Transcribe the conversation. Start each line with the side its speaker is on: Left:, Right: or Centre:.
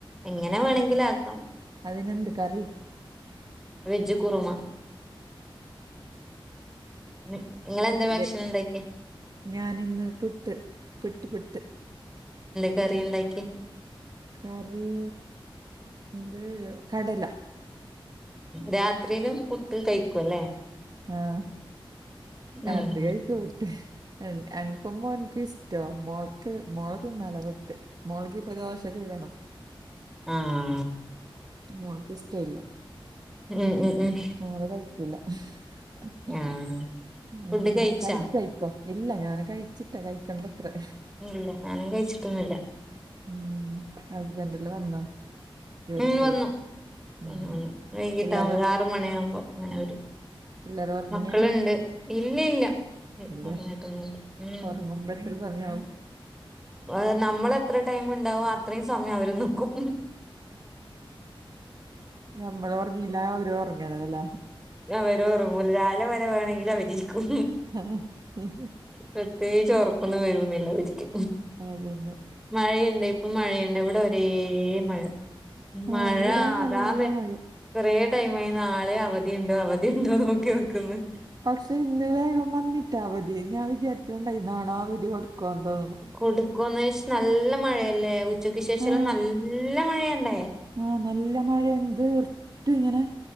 Centre: എങ്ങനെ വേണെങ്കിലാക്കാം
Right: അതിനെന്ത് കറി
Centre: വെജ്ജ് കുറുമ നിങ്ങളെന്താ ഭക്ഷണം
Right: വെച്
Centre: ഉണ്ടാക്കിയെ
Right: ഞാനിന്ന് പുട്ട് പുട്ട് പുട്ട്
Centre: എന്ത കറിയി ണ്ടാക്കി-? -
Right: കറി ന്ത് കടല
Centre: രാത്രിയിലും പുട്ട് കഴിക്കു ല്ലേ
Right: ആഹ് രാത്രി
Centre: ഉം
Right: കഴിക്കോപുട്ട് എ അനക്കുമ്പോനക്ക് ഇഷ് ട്ടൊ മോൾക് മോൾക് തിന്നലപിട്ട് മുളക്കിപ്പ ദോശ ചുടണം
Centre: ആഹ്
Right: മോൾ ക്ക് ഇഷ്ട ഇല്ല.
Centre: ഉം ഉം ഉം.
Right: മോള് കഴക്കില്ല <unintelligible>
Centre: ആഹ് ഫുഡ്
Right: എങ്ങനെ
Centre: കഴിച്ചാ
Right: കഴി കഴി ഇല്ല ഞാന് കഴിച്ചിട്ട കഴിക്കണ്ടത്രെ.
Centre: ഇല്ല ഞാനും കഴിച്ചിട്ടൊന്നുല്ല.
Right: ഉം ഹസ്ബൻഡില് വന്നോ? ജോലിക്ക്
Centre: ഉം
Right: പോയി
Centre: വന്നു
Right: ഉം
Centre: വന്നു വന്നു വൈകിട്ട
Right: പിള്ളേര്
Centre: ആകുമ്പ ആറ് മണിയാ കുമ്പോ ഇങ്ങനെ വരും.
Right: പിള്ളേര് ഉറങ്ങിയ
Centre: മക്കളുണ്ട് ഇല്ല ഇല്ല
Right: ഇല്ലേ
Centre: പറഞ്ഞിട്ടൊന്നുല്ലാ ഉം...
Right: ഉറങ്ങുമ്പോ എത്ര സമയാവും?
Centre: അത് നമ്മള എത്ര ടൈം ഇണ്ടാവും അത്രയും സമയം അവര് ന്നിക്കും.
Right: ഞമ്മള് ഒറങ്ങീല്ല അവര് ഒറങ്ങലാല്ലേ?
Centre: അവര് ഉറങ്ങൂല്ല രാവലെവരെ വേണങ്കിലു അവരിരിക്കും.
Right: ആഹ ഹ്
Centre: പ്രത്യേകിച്ച് ഒറക്കൊന്നും വരൊന്നുന്നില്ല അവരീക്ക്
Right: അത് ന്നെ.
Centre: മഴയെണ്ട് ഇപ്പം മഴയുണ്ട് ഇവിടെ ഒരേ മഴ
Right: ആ
Centre: മഴ
Right: ഇവിടെ
Centre: അതാന്ന്
Right: നല്ല മഴ
Centre: കുറേ ടൈം ആയി നാളെ അവ ധി ഉണ്ടോ അവധിയ ഉണ്ടോ നോക്കി നീക്കുന്ന്.
Right: പക്ഷെ ഇന്ന്ലേ വേഗം വന്നിട്ടാ അവധി ഞാൻ വിചാരിച്ചട്ടുണ്ടായിന്നാണോ അവധി കൊടുക്കന്തോ?
Centre: കൊടുക്കുംന്ന് നല്ല മഴയല്ലേ ഉച്ചക്ക് ശേഷം
Right: ആ
Centre: എല്ലാം നല്ല.. മഴയുണ്ടായേ.
Right: ആ നല്ല മഴയ എന്ത് നിർത്ത് ഇങ്ങനെ